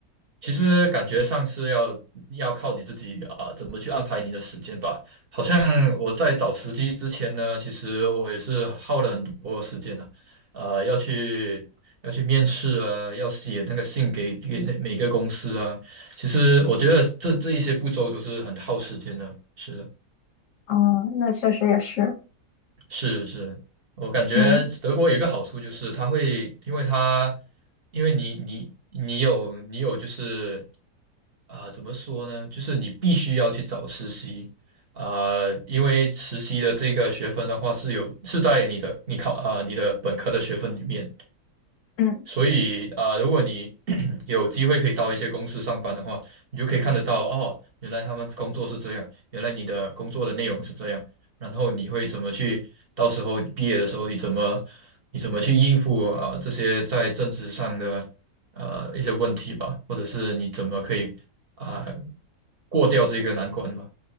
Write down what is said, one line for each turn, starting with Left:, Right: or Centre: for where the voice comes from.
Right: 其实感觉上是要要靠你自己啊、怎么去安排你的时间吧。好像我在找时机之前呢，其实我也是耗了很多时间啊，呃，要去要去面试啊，要写那个信给给每个公司啊。其实我觉得这这一些步骤都是很耗时间的，是的。
Left: 哦，那确实也是，
Right: 是是，我感觉德国有一个好处就是它会，
Left: 嗯
Right: 因为它，因为你你你有你有就是啊、怎么说呢？就是你必须要去找实习，啊，因为实习的这个学分的话是有是在你的你考啊、你的本科的学分里面，
Left: 嗯
Right: 所以啊、如果你 <clears throat> 有机会可以到一些公司上班的话，你就可以看得到哦，原来他们工作是这样，原来你的工作的内容是这样，然后你会怎么去，到时候你毕业的时候你怎么你怎么去应付啊、这些在政治上的呃一些问题吧，或者是你怎么可以啊、过掉这个难关吧？